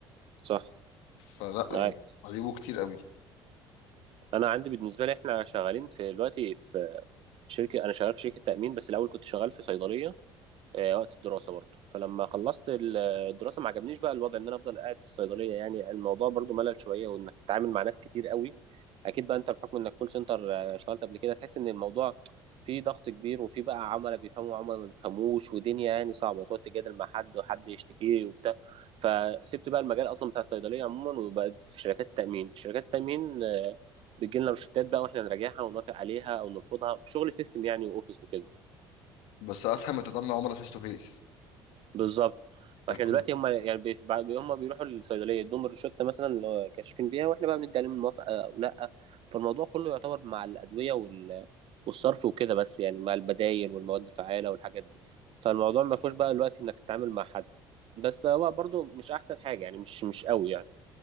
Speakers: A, on the right; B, on the left.
A: صح
B: فلا
A: معاك
B: يعني عيوبه كتير قوي
A: انا عندي بالنسبه لي احنا شغالين في دلوقتي في شركه انا شغال في شركه تامين بس الاول كنت شغال في صيدليه آه، وقت الدراسة برضو فلما خلصت ال- الدراسة ما عجبنيش بقى الوضع ان انا افضل قاعد في الصيدلية يعني الموضوع برضو ملل شوية وانك تتعامل مع ناس كتير قوي اكيد بقى انت بحكم انك كول سنتر آه، اشتغلت قبل كده تحس ان الموضوع فيه ضغط كبير وفيه بقى عملاء بيفهموا وعملاء ما بيفهموش ودنيا يعني صعبة تقعد تجادل مع حد وحد يشتكي وبتاع فسبت بقى المجال اصلا بتاع الصيدلية عموما وبقيت في شركات التأمين شركات التأمين آه، بتجيلنا روشتات بقى واحنا نراجعها ونوافق عليها او نرفضها شغل سيستم يعني واوفيس وكده
B: بس اسهل ما تتعامل مع عملاء فيس تو فيس
A: بالظبط فاحنا
B: الكم-
A: دلوقتي هم يعني بيت- بع- هم بيروحوا الصيدليه يدوهم الروشته مثلا اللي هو كاشفين بيها واحنا بقى بندي عليهم الموافقه او لا فالموضوع كله يعتبر مع الادويه وال- والصرف وكده بس يعني مع البدايل والمواد الفعاله والحاجات دي فالموضوع ما فيهوش بقى دلوقتي انك تتعامل مع حد بس هو برضو مش احسن حاجه يعني مش مش قوي يعني